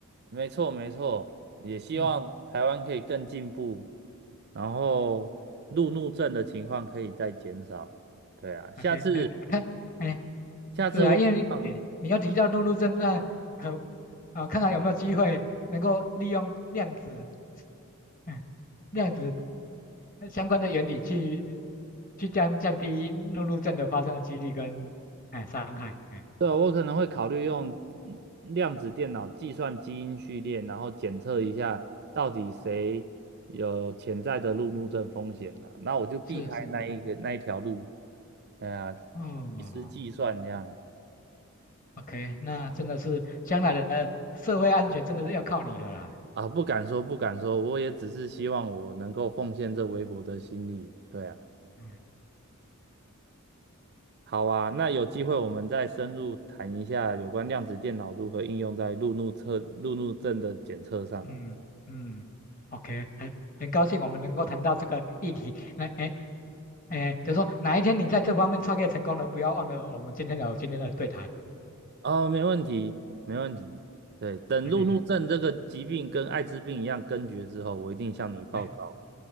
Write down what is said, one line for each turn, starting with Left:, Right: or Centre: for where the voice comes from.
Right: 没错，没错。也希望台湾可以更进步，
Left: 嗯
Right: 然后路怒症的情况可以再减少。对啊，下次，
Left: ，OK，哎，<laughs> 看，哎
Right: 下次我也对。
Left: 对啊，因为你你要提到陆路侦那可
Right: 望，
Left: 啊、看看有没有机会能够利用量子，嗯，量子呃相关的原理去去降降低陆路怒症的发生的几率跟哎伤害，哎，
Right: 对啊，我可能会考虑用嗯量子电脑计算基因序列，然后检测一下到底谁有潜在的路怒症风险呢？那我就避开那一个那一条路。
Left: 是是是，
Right: 哎呀，
Left: 哦
Right: 一时计算这样
Left: o k 那真的是将来的社会安全真的是要靠你了啦，
Right: 啊，不敢说不敢说，我也只是希望我能够奉献这微薄的心力。对啊，
Left: 嗯。
Right: 好啊，那有机会我们再深入谈一下有关量子电脑如何应用在路怒测路怒症的检测上。
Left: 嗯嗯，OK，很很高兴我们能够谈到这个议题。那哎哎，就说哪一天你在这方面创业成功了，不要忘了我们今天有今天的对谈。
Right: 哦，没问题，没问题。对，等路怒症这个疾病跟艾滋病一样根绝之后，
Left: OK，
Right: 我一定向你报告。
Left: 哎，